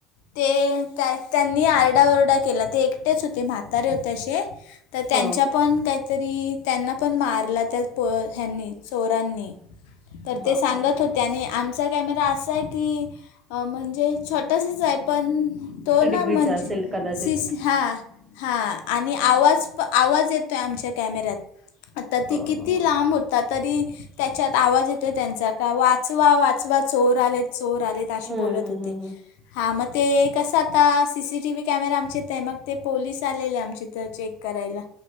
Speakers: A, on the left; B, on the right.
A: ते त्यांनी आरडाओरडा केला ते एकटेच होते म्हातारे होते असे. तर त्यांच्या
B: हो.
A: पण काहीतरी त्यांना पण मारला त्या पो ह्यांनी चोरांनी. तर
B: बापरे!
A: ते सांगत होते. त्याने आमचा कॅमेरा असा आहे की म्हणजे छोटासाच आहे. पण तो ना
B: डिग्रीचा
A: म्हणजे
B: असेल कदाचित.
A: शिस हा. हा आणि आवाज येतोय आमच्या कॅमेऱ्यात आता ती
B: हो,
A: किती
B: हो, हो.
A: लांब होती. होता तरी त्याच्यात आवाज येतो त्यांचा का वाचवा वाचवा चोर आलेत चोर आलेत. ते असे
B: हं,
A: बोलत
B: हं,
A: होते.
B: हं, हं.
A: हा मग ते कसं आता सीसीटी व्ही कॅमेराे आमचेेते मग ते पोलीस आलेले आमचे इथ चेक करायला